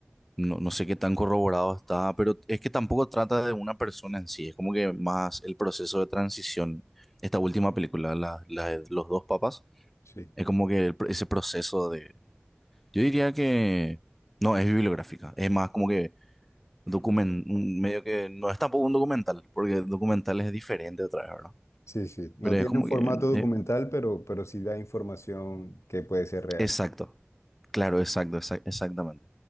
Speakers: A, in the centre; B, on the left (about 75°).
A: No, no sé qué tan corroborado está, pero es que tampoco trata de una persona en sí, es como que más el proceso de transición. Esta última película, la, la de los dos papas,
B: Sí.
A: es como que el- pr- ese proceso de... Yo diría que... No, es bibliográfica, es más como que document, un- medio que... No es tampoco un documental, porque el documental es diferente otra vez, ¿verdad?
B: Sí, sí. No
A: Pero
B: tiene
A: es como
B: un formato
A: que...
B: documental,
A: eh,
B: pero, pero sí da información que puede ser real.
A: exacto, claro, exacto, exac- exactamente.